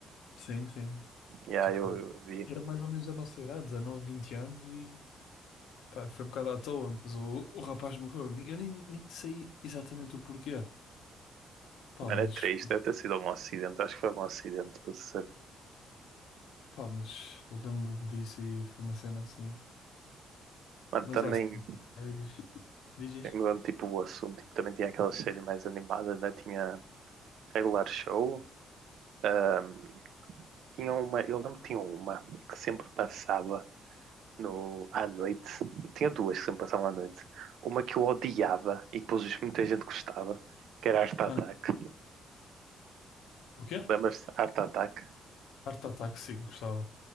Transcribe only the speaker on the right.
E aí
eu, eu vi.
Mano,
é triste, deve ter sido algum acidente. Acho que foi algum acidente, pra ser.
Mano,
também,
mudando tipo o assunto, tipo, também tinha aquelas séries mais animadas, né? Tinha Regular Show. ahm, tinha uma, eu lembro que tinha uma que sempre passava no, à noite. Tinha duas que sempre passavam à noite. Uma que eu odiava e depois muita gente gostava, que era Art Attack.
Lembras-te? Art Attack?